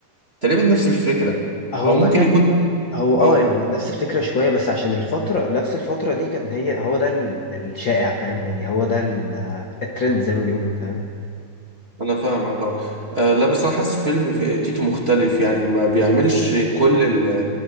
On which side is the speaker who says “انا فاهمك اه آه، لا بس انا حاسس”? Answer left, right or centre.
Right